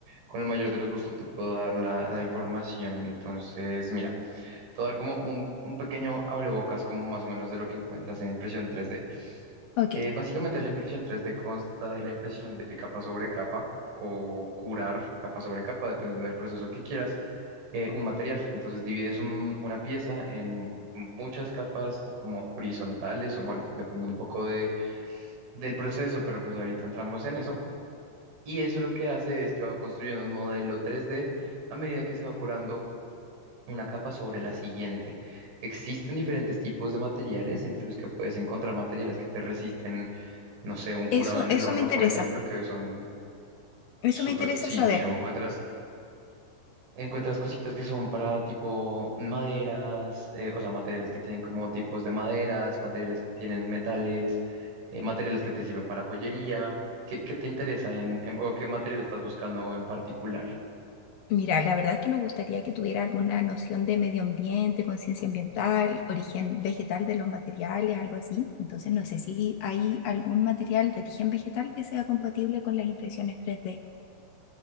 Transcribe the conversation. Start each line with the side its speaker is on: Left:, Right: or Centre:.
Right: con el mayor de los gustos te puedo dar la, la información. Entonces, mira. Te voy a dar como un, un pequeño abrebocas, como más o menos de lo que encuentras en impresión 3D.
Left: Ok,
Right: Eh, básicamente la impresión 3D consta de la impresión de capa sobre capa o curar capa sobre capa, dependiendo del proceso que quieras, eh, un material. Entonces divides un- una pieza en muchas capas como horizontales o bueno, depende un poco de, del proceso, pero pues ahorita entramos en eso. Y eso lo que hace es que va construyendo un modelo 3D a medida que se va curando una capa sobre la siguiente. Existen diferentes tipos de materiales, entre los que puedes encontrar materiales que te resisten, no sé, un curado
Left: eso,
Right: en
Left: eso
Right: el horno,
Left: me interesa,
Right: por ejemplo, que son
Left: eso
Right: súper,
Left: me interesa
Right: sí,
Left: saber.
Right: mira, encuentras, encuentras cositas que son para tipo maderas, eh, o sea, materiales que tienen como tipos de maderas, materiales que tienen metales, eh, materiales que te sirven para joyería. ¿Qué, qué te interesa en, en- o qué material estás buscando en particular?
Left: Mira, la verdad es que nos gustaría que tuviera alguna noción de medio ambiente, conciencia ambiental, origen vegetal de los materiales, algo así. Entonces, no sé si hay algún material de origen vegetal que sea compatible con las impresiones tres d